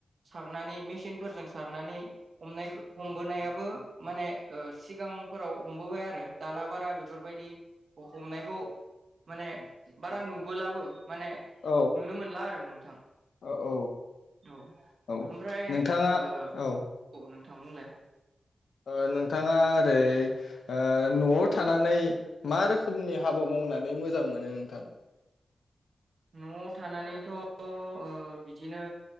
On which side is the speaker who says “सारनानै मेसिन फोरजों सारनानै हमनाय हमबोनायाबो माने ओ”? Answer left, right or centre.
Right